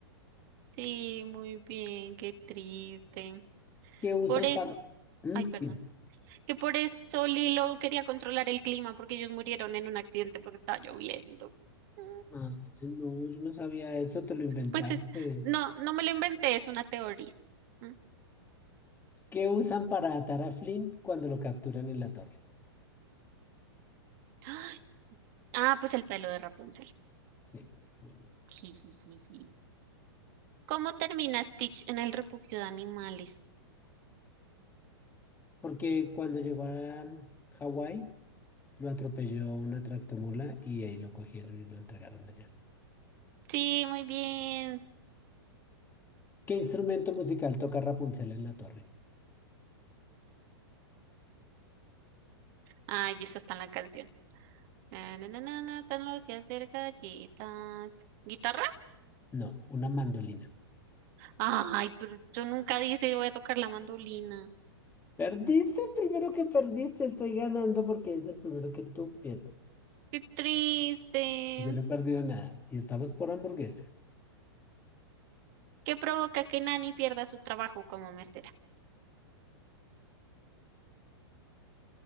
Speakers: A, on the right (about 45°); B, on the left (about 15°).
A: Sí, muy bien, qué triste.
B: ¿Qué usan
A: Por eso,
B: para...? ¿Mm?
A: ay, perdón,
B: Sí.
A: que por eso Lilo quería controlar el clima porque ellos murieron en un accidente porque estaba lloviendo. Mm,
B: Ah, no, yo no sabía eso, te lo inventaste.
A: Pues es, no, no me lo inventé, es una teoría. Mm.
B: ¿Qué usan para atar a Flynn cuando lo capturan en la torre?
A: ¡Ay! Ah, pues el pelo de Rapunzel.
B: Sí, muy bien.
A: Jijijiji. ¿Cómo termina Stitch en el refugio de animales?
B: Porque cuando llegó a Hawái, lo atropelló una tractomula y ahí lo cogieron y lo entregaron allá.
A: Sí, muy bien.
B: ¿Qué instrumento musical toca Rapunzel en la torre?
A: Ah, y esta está en la canción. Na, na, na, na, na, están los días de galletas. ¿Guitarra?
B: No, una mandolina.
A: Ay, pero yo nunca dije voy a tocar la mandolina.
B: Perdiste, primero que perdiste, estoy ganando porque es el primero que tú pierdes.
A: Qué triste.
B: Yo no he perdido nada y estamos por hamburguesa.
A: ¿Qué provoca que Nani pierda su trabajo como mesera?